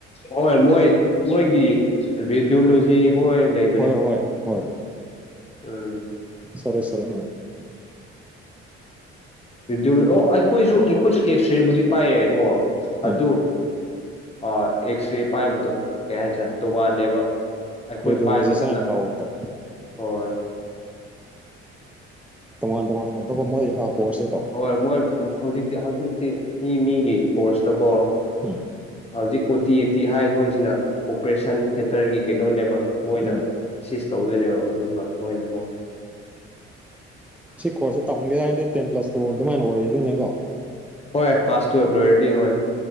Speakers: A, on the left (about 20°); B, in the centre.
A: ꯍꯣꯏ ꯃꯣꯏ ꯃꯣꯏꯒꯤ ꯔꯦꯗꯤꯌꯑꯣꯂꯣꯖꯤ ꯍꯣꯏ ꯂꯩꯕꯅꯦ
B: ꯍꯣꯏ ꯍꯣꯏ ꯍꯣꯏ
A: ꯎꯝ
B: ꯁꯦ ꯁꯦ ꯑ
A: ꯔꯗꯤꯜ ꯑꯣ ꯑꯩꯈꯣꯏꯁꯨ ꯑꯩꯈꯣꯏꯁꯨ ꯑꯦꯛꯁ ꯔꯦꯕꯨꯗꯤ ꯄꯥꯏꯌꯦꯀꯣ ꯑꯗꯨ
B: ꯎꯝ
A: ꯑ ꯑꯦꯛꯁ ꯔꯦ ꯄꯥꯏꯕꯗꯣ ꯀꯩ ꯍꯥꯏꯁꯦ ꯇꯣꯉꯜꯂꯦꯕ ꯑꯩꯈꯣꯏ
B: ꯔꯦꯗꯤꯑꯣꯂꯣꯖꯤꯁ
A: ꯄꯥꯏꯕꯗꯅ
B: ꯍꯥꯏꯅ ꯀꯧꯕꯗꯣ
A: ꯍꯣꯏ
B: ꯇꯣꯉꯥꯟ ꯇꯣꯉꯥꯟꯕ ꯑꯗꯨꯒ ꯃꯣꯏ ꯀꯣꯔꯁꯁꯦꯀꯣ
A: ꯍꯣꯏ ꯃꯣꯏ ꯍꯧꯖꯤꯛꯇꯤ ꯍꯧꯖꯤꯛꯇꯤ ꯃꯤ ꯃꯤꯒꯤ ꯀꯣꯔꯁꯇꯀꯣ
B: ꯎꯝ
A: ꯍꯧꯖꯤꯛ ꯑꯣ ꯇꯤ ꯑꯦ ꯇꯤ ꯍꯥꯏ ꯑꯩꯈꯣꯏꯁꯤꯅ ꯑꯣꯄꯔꯦꯁꯟ ꯊꯦꯇꯔꯒꯤ ꯀꯩꯗꯣꯅꯦꯕ ꯃꯣꯏꯅ
B: ꯎꯝ
A: ꯁꯤꯁ ꯇꯧꯗꯣꯏꯅꯦꯕ ꯑꯗꯨꯒ ꯃꯣꯏꯅ ꯑꯃꯨꯛ
B: ꯁꯤ ꯀꯣꯔꯁꯁꯦ ꯇꯝꯒꯦ ꯍꯥꯏꯔꯗꯤ ꯇꯦꯟ ꯄ꯭ꯂꯁ ꯇꯨ ꯑꯗꯨꯃꯥꯏꯅ ꯑꯣꯏꯗꯣꯏꯅꯦꯀꯣ
A: ꯍꯣꯏ ꯀ꯭ꯂꯥꯁ ꯇꯨꯋꯞ ꯂꯣꯏꯔꯦꯗꯤ ꯍꯣꯏ